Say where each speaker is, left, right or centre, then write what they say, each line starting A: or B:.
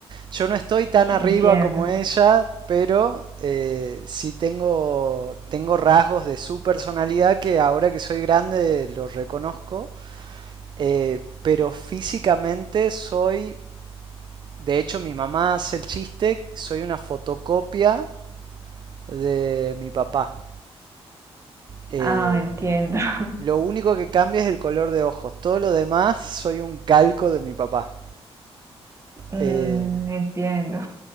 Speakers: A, on the right (about 45°); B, on the right (about 25°).
A: Yo no estoy tan arriba
B: Entiendo.
A: como ella, pero eh, sí tengo, tengo rasgos de su personalidad que ahora que soy grande los reconozco. eh, pero físicamente soy, de hecho mi mamá hace el chiste, soy una fotocopia de mi papá. Eh,
B: Ah, entiendo. <laughs>
A: lo único que cambia es el color de ojos. Todo lo demás soy un calco de mi papá.
B: Mm,
A: Eh,
B: entiendo.